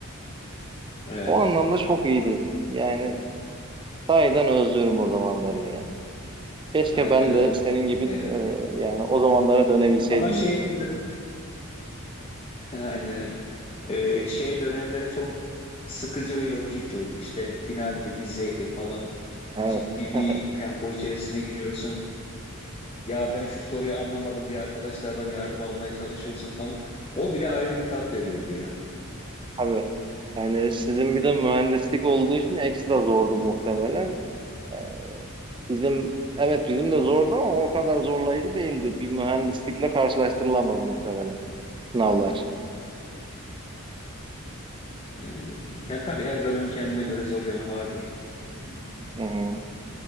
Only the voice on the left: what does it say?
Evet.
Aynen
öyle.
Ee,
Ama şey
dönemleri, <laughs> aynen öyle. Ee, şey dönemleri çok sıkıcı ve yorucu geçiyordu. İşte finaldi, vizeydi falan.
Ciddi bir
tempo içerisine giriyorsun. Ya ben şu soruyu anlamadım diye arkadaşlardan yardım almaya çalışıyorsun falan. O bile ayrı bir tat veriyordu ya.
Ee, yani tabii her bölümün kendine göre zor yanı vardır. Hmm.